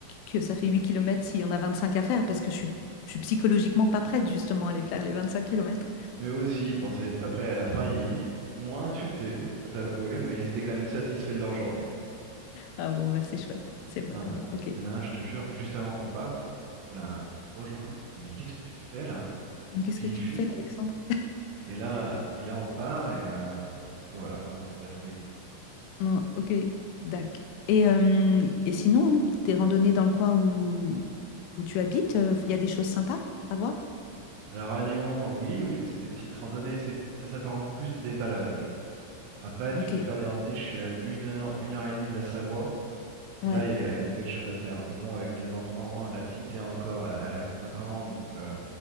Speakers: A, on the left (about 85°); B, on the right (about 80°).
A: que ça fait 8 kilomètres s'il y en a 25 à faire parce que je suis, je suis psychologiquement pas prête justement à aller faire les 25 km.
B: Mais eux aussi, ils pensaient être pas prêts. À la fin, ils, ils m'ont insulté, je dois t'avouer, mais ils étaient quand même satisfaits de leur journée.
A: Ah bon, bah c'est chouette, c'est vrai.
B: Ah, bah,
A: Bon,
B: mais
A: Ok.
B: il y en a un, je te jure, juste avant qu'on parte, il se roule un, un gros joint. Je lui fais, mais qu'est-ce que tu fais là?
A: Mais qu'est-ce
B: Et puis
A: que tu
B: il fume.
A: fais, Alexandre?
B: Et là,
A: Ok.
B: et là on part et, euh, et voilà. Non, mais c'est de la folie.
A: Non, ok, dac. Et, euh, et sinon, tes randonnées dans le coin où, où tu habites, il y a des choses sympas à voir?
B: Alors à Lyon, oui, oui, mais c'est des petites randonnées. C'est, ça s'apparente plus à des balades, je pense. Après,
A: Ok,
B: tu peux faire des randonnées. Je suis à une heure, une heure et demie de la Savoie. Et
A: ouais,
B: là, il y a, il y a des belles choses à faire. Mais bon, avec les enfants, la petite est encore, elle a, elle a que 5 ans, donc euh,